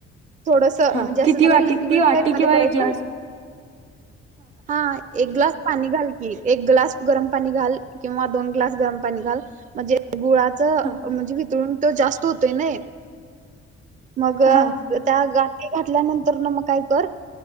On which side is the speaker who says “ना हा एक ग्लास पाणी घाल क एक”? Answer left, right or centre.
Right